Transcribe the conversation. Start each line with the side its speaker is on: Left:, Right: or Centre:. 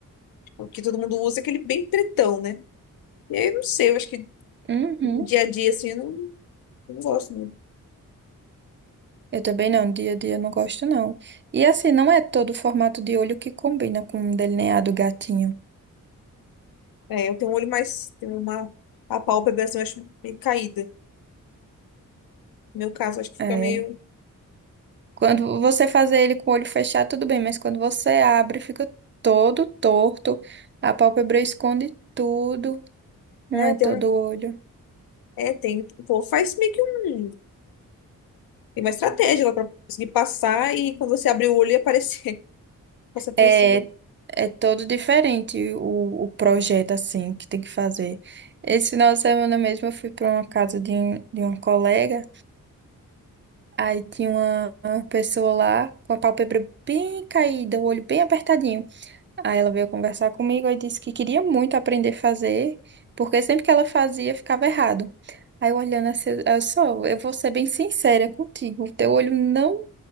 Left: O que todo mundo usa é aquele bem pretão, né? E aí, eu não sei, eu acho que
Right: Uhum.
Left: no dia a dia, assim, eu não, não gosto muito.
Right: Eu também não, dia a dia eu não gosto não. E assim, não é todo formato de olho que combina com o delineado gatinho.
Left: É, eu tenho um olho mais, tenho uma, a pálpebra, assim, eu acho meio caída. No meu caso, eu acho que
Right: É.
Left: fica meio,
Right: Quando você fazer ele com o olho fechado, tudo bem, mas quando você abre, fica todo torto, a pálpebra esconde tudo, não
Left: é,
Right: é
Left: tem
Right: todo
Left: um,
Right: olho.
Left: é, tem, pô, faz meio que um, tem uma estratégia lá pra conseguir passar e quando você abrir o olho e aparecer, <laughs> passar por
Right: É,
Left: cima.
Right: é todo diferente o, o projeto, assim, que tem que fazer. Esse final de semana mesmo eu fui para uma casa de, um- de uma colega. Aí tinha uma uma pessoa lá com a pálpebra bem caída, o olho bem apertadinho. Aí ela veio conversar comigo e disse que queria muito aprender a fazer, porque sempre que ela fazia ficava errado. Aí eu olhando assim, eu só, eu vou ser bem sincera contigo, o teu olho não